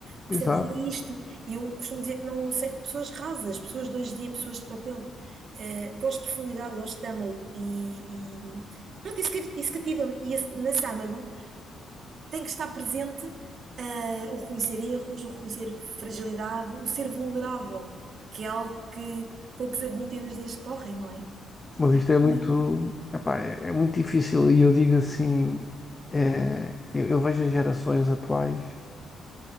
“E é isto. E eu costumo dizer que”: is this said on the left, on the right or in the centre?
Right